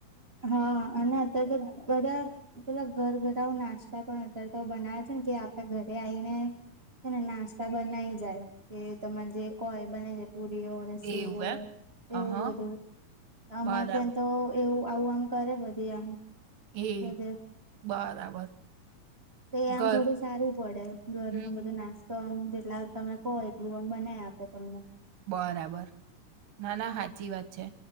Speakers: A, on the right; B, on the right.
A: હા અને અત્યારે તો બધા પેલા ઘર ઘર આવ નાસ્તા પણ અત્યારે તો બનાવે છે ને કે આપડા ઘરે આવીને કેને નાસ્તા બનાઈ જાય કે તમારે જે કોય બનાઈ જાય પુરીઓ સેવો
B: એવું એમ હ
A: એવું
B: હા
A: બધું અમારે
B: બરાબર
A: ત્યાં તો એવું આવું આમ કરે બધી આમ
B: હે
A: બધે
B: બરાબર
A: તો એ આમ
B: ઘર
A: થોડું સારું પડે ઘર
B: હમ
A: ન બધું નાસ્તો આમ એટલા તમે કહો એટલું આમ બનાય આપે તમને
B: બરાબર ના ના સાચી વાત છે